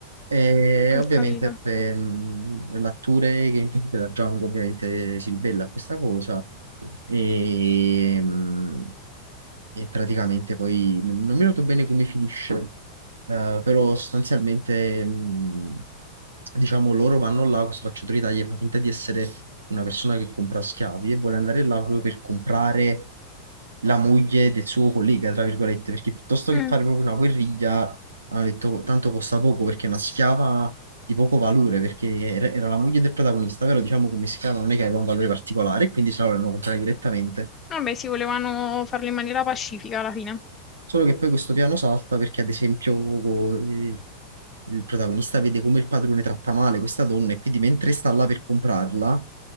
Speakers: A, on the right; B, on the left.
A: E
B: ho
A: ovviamente
B: capito.
A: eh, mh, l'attore che interpreta Django ovviamente si ribella a questa cosa e, mh, e praticamente poi non mi ricordo bene come finisce, eh, però sostanzialmente mh, diciamo loro vanno là, questo facciatore d'Italia fa finta di essere una persona che compra schiavi e vuole andare là proprio per comprare la moglie del suo collega, tra virgolette, perché piuttosto che
B: Mm,
A: fare proprio una guerriglia ha detto tanto costa poco perché è una schiava di poco valore, perché era era la moglie del protagonista, però diciamo come schiava non è che aveva un valore particolare, e quindi se la volevano comprare direttamente.
B: Vabbè, sì, volevano farlo in maniera pacifica alla fine.
A: Solo che poi questo piano salta perché, ad esempio, eh, il protagonista vede come il padrone tratta male questa donna e quindi mentre sta là per comprarla,